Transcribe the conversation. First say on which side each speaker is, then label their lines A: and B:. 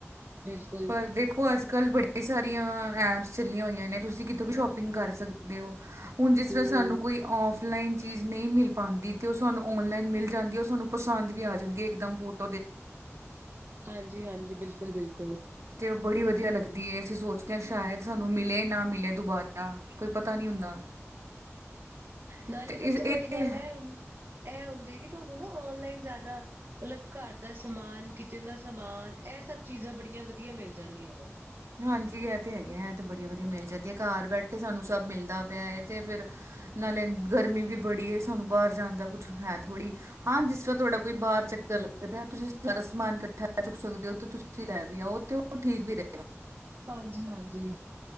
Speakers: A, on the right (about 50°); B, on the right (about 75°).
A: ਬਿਲਕੁਲ
B: ਪਰ ਦੇਖੋ ਅੱਜ ਕੱਲ ਬੜੀ ਸਾਰੀਆਂ ਐਪਸ ਚੱਲੀਆਂ ਹੋਈਆਂ ਨੇ ਤੁਸੀਂ ਕਿਤੋਂ ਵੀ ਸ਼ੋਪਿੰਗ ਕਰ ਸਕਦੇ ਹੋ ਹੁਣ ਜਿਸ ਤਰ੍ਹਾਂ
A: ਹਮ
B: ਸਾਨੂੰ ਕੋਈ ਫਲਾਈਨ ਚੀਜ਼ ਨਹੀਂ ਮਿਲ ਪਾਉਂਦੀ ਤੇ ਉਹ ਸਾਨੂੰ ਔਨਲਾਈਨ ਮਿਲ ਜਾਂਦੀ ਉਹ ਸਾਨੂੰ ਪਸੰਦ ਵੀ ਆ ਜਾਂਦੀ ਹੈ ਇੱਕਦਮ ਫੋਟ।
A: ਹਾਂਜੀ ਹਾਂਜੀ ਬਿਲਕੁਲ। ਬਿਲਕੂਲ
B: ਤੇ ਉਹ ਬੜੀ ਵਧੀਆ ਲੱਗਦੀ ਹੈ ਅਸੀਂ ਸੋਚਦੇ ਹਾਂ ਸ਼ਾਇਦ ਸਾਨੂੰ ਮਿਲੇ ਨਾ ਮਿਲੇ ਦੁਬਾਰਾ ਕੋਈ ਪਤਾ ਨਹੀਂ ਹੁੰਦਾ।
A: ਨਾਲ
B: ਤੇ
A: ਹੀ ਸਭ
B: ਇਸ
A: ਤੋਂ
B: ਇਹ
A: ਵੱਡੀ ਗੱਲ ਏ ਹੁਣ ਇਹ ਉਂਜੈ ਤੁਹਾਨੂੰ ਨਾ ਔਨਲਾਈਨ ਜਿਆਦਾ ਮਤਲਬ ਘਰ ਦਾ ਸਮਾਨ ਕਿਚਨ ਦਾ ਸਮਾਨ ਇਹ ਸਭ ਚੀਜ਼ਾਂ ਬੜੀਆਂ ਵਧੀਆ ਮਿਲ ਜਾਂਦੀਆਂ ਨੇ
B: ਹਾਂਜੀ ਇਹ ਤੇ ਹੈਗੇ ਹੈ ਤੇ ਬੜੀਆ ਵਧੀਆ ਮਿਲ ਜਾਂਦੀ ਹੈ ਘਰ ਬੈਠੇ ਸਾਨੂੰ ਸਭ ਮਿਲਦਾ ਪਿਆ ਹੈ ਤੇ ਫਿਰ ਨਾਲੇ ਗਰਮੀ ਵੀ ਬੜੀ ਹੈ ਸਾਨੂੰ ਬਾਹਰ ਜਾਣ ਦਾ ਕੁਛ ਹੈ ਥੋੜ੍ਹੀ ਹਾਂ ਜਿਸ ਤਰ੍ਹਾਂ ਤੁਹਾਡਾ ਕੋਈ ਬਾਹਰ ਚੱਕਰ ਲੱਗਦਾ ਤੁਸੀਂ ਸਾਰਾ ਸਮਾਨ ਇਕੱਠਾ ਚੁੱਕ ਸਕਦੇ ਹੋ ਤਾਂ ਤੁਸੀਂ ਲੈ ਵੀ ਆਓ ਤੇ ਉਹ ਠੀਕ ਵੀ ਰਹੇ
A: ਹਾਂਜੀ ਹਾਂਜੀ।